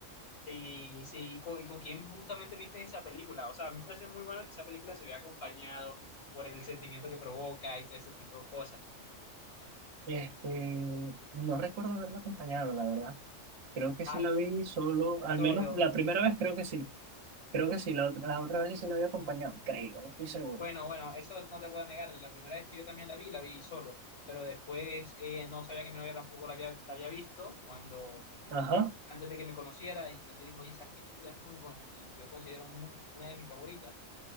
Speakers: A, on the left; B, on the right.
A: Y sí, y con, y con quién justamente viste esa película. O sea, a mí me parece muy bueno que esa película se vea acompañado por el sentimiento que provoca y todo ese tipo de cosas.
B: Este, no recuerdo haberla acompañado, la verdad. Creo que
A: Ah,
B: sí la vi solo, al
A: solo.
B: menos la primera vez creo que sí. Creo que sí, la otra, las otras veces se la había acompañado, creo, no estoy seguro.
A: Bueno, bueno, eso no te puedo negar. La primera vez que yo también la vi, la vi solo, pero después eh, no sabía que mi novia tampoco la había, la había visto cuando
B: Ajá.
A: eh, antes de que me conociera y yo le dije, oye, ¿sabes qué película es muy buena? Y yo considero muy, una de mis favoritas.